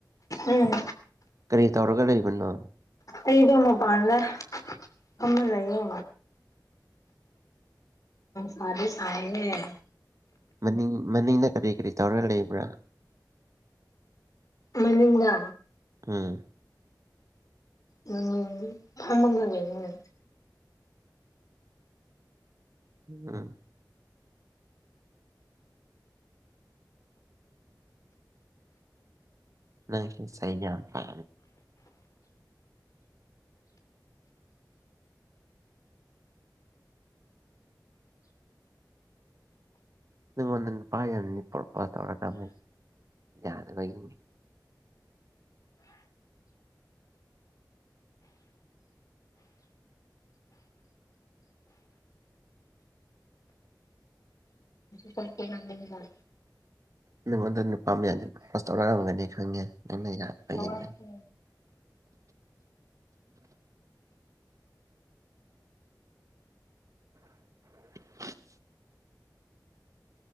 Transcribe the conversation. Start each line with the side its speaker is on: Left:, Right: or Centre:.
Left: ꯎꯝ
Right: ꯀꯔꯤ ꯇꯧꯔꯒ ꯂꯩꯕꯅꯣ
Left: ꯑꯩꯩꯗ ꯃ ꯄꯥꯟꯂ ꯑꯃ ꯂꯩꯌꯦ ꯁꯥꯗꯤ ꯁꯥꯏꯑꯦꯍꯦ
Right: ꯃꯅꯤꯡ ꯃꯅꯤꯡꯅ ꯀꯔꯤ ꯀꯔꯤ ꯇꯧꯔꯒ ꯂꯩꯕ꯭ꯔꯥ
Left: ꯃꯅꯤꯡꯗ
Right: ꯎꯝ
Left: ꯃꯅꯤꯡ ꯐꯝꯃꯒ ꯂꯩꯌꯦ
Right: ꯎꯝ ꯅ ꯁꯍꯤ ꯀ ꯀ ꯅꯤꯡꯉꯣ ꯄ ꯄꯨ ꯄꯔꯀꯣ ꯌꯥꯗꯩꯣ
Left: ꯍ ꯆꯦ
Right: ꯅꯪꯉꯣꯟꯗ ꯅꯨꯄꯥ ꯃꯌꯥꯗꯨꯁ ꯇꯧꯔꯛꯑꯝꯒꯅꯤ ꯈꯪꯉꯦ ꯅꯪꯅ ꯌꯥ ꯍꯏꯅꯦ
Left: ꯊꯣꯛꯂꯛꯀꯦ
Right: <inaudible> <inaudible>